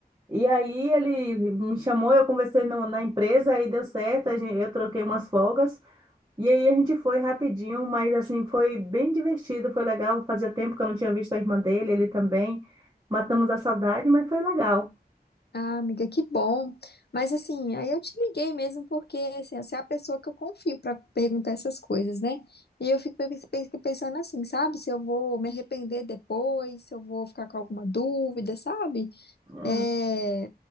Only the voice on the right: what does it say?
E aí ele me chamou, eu conversei no- na empresa, aí deu certo, a gente- eu troquei umas folgas. E aí a gente foi rapidinho, mas assim, foi bem divertido, foi legal. Fazia tempo que eu não tinha visto a irmã dele, ele também. Matamos a saudade, mas foi legal.
Hum,